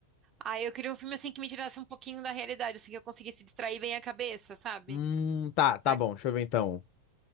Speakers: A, on the right; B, on the left.
A: Ah, eu queria um filme assim que me tirasse um pouquinho da realidade, assim que eu conseguisse distrair bem a cabeça, sabe?
B: Hum, tá, tá
A: Da-
B: bom, deixa eu ver então.